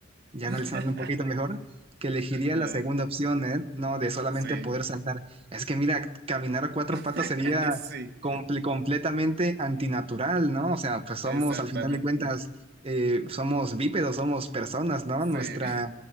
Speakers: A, on the right (about 30°); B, on the right (about 50°).
A: ya
B: <laughs>
A: analizando un poquito mejor, que elegiría
B: Ya,
A: la segunda opción, ¿eh? No, de solamente
B: sí.
A: poder saltar. Es que mira, caminar a cuatro
B: <laughs>
A: patas sería
B: Sí,
A: comple- completamente antinatural, ¿no? O sea, pues somos,
B: exactamente.
A: al final de cuentas, eh, somos bípedos, somos personas, ¿no?
B: Sí.
A: Nuestra